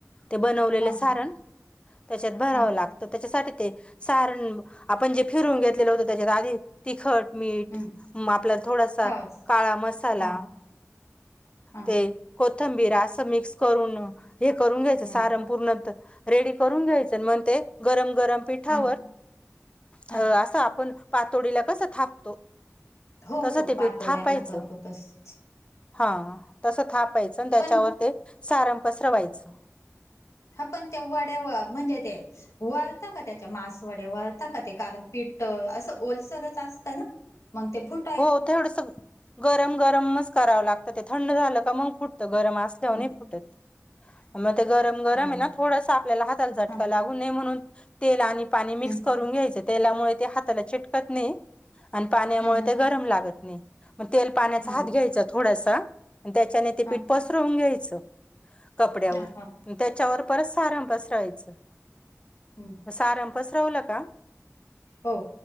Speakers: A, on the left (about 20°); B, on the left (about 65°).
A: ते बनवलेले
B: हा
A: सारण
B: हा
A: त्याच्यात भरावं
B: हा
A: लागतं त्याच्यासाठी ते सारण आपण जे फिरून घेतलेलं होतं त्याच्यात आधी तिखट मीठ
B: हं
A: म आपला थोडासा
B: हस
A: काळा मसाला.
B: हा हा
A: ते कोथंबीर असं मिक्स करून हे करून घ्यायचं
B: हा
A: सारण पूर्ण होत रेडी करून घ्यायचं मग ते गरम-गरम पिठावर
B: हा हा
A: असं आपण पातोडीला कसं थाप त
B: हो
A: तस
B: हो
A: ते पीठ
B: पातोड्यांना
A: थापायचं,
B: करतो तसच
A: हा. तसं थापायचं आणि त्याच्यावर
B: पण
A: ते सारण पसरवायचं.
B: ह पण तेव्हाढ्याव म्हणजे ते वळता का त्याच्या मासवड्या वळता का ते कारण पिठ असं ओलसरच असतं ना. मग ते फुट
A: हो तेडस गरम-गरमच करावं लागतं ते थंड झालं का मग फुट गरम असल्याव
B: हं
A: नाही फुटत मग ते गरम-गरम
B: हं
A: आहे ना. थोडासा आपल्याला हाताला झटका
B: हं
A: लागू नाही म्हणून तेल आणि पाणी मिक्स
B: हं
A: करून घ्यायचें. तेलामुळे ते हाताला चिटकत नाही, आणि पाण्यामुळे
B: हं हं
A: ते गरम लागत नाही. मग तेल पाण्याचा
B: हां
A: हात घ्यायचा थोडासा आणि त्याच्याने ते
B: हां
A: पीठ पसरवून घ्यायचं. कपड्यावर
B: हां हां
A: त्याच्यावर परत सारण पसरायचं.
B: हम्म.
A: सारण पसरवलं का?
B: हो.